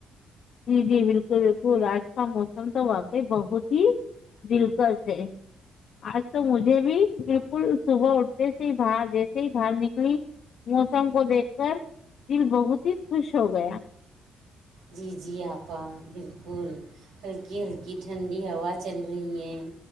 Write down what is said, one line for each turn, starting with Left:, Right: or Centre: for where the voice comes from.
Left: جی جی بالکل بالکل آج کا موسم تو واقعی بہت ہی دلکش ہے آج تو مجھے بھی بالکل صبح اٹھتے سے ہی باہر جیسے ہی باہر نکلی موسم کو دیکھ کر دل بہت ہی خوش ہو گیا
Right: جی جی آپا بالکل ہلکی ہلکی ٹھنڈی ہوا چل رہی ہیں